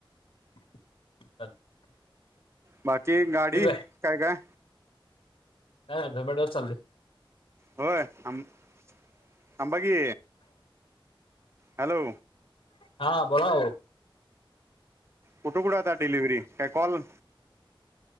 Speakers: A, on the left (about 80°); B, on the right (about 30°).
A: <unintelligible>
B: बाकी गाडी
A: ठीक
B: काय काय
A: हबडवर चालली
B: होय आम थांबा की हॅलो
A: हा बोला ओ
B: कुठे कुठे आता डिलिव्हरी काय कॉल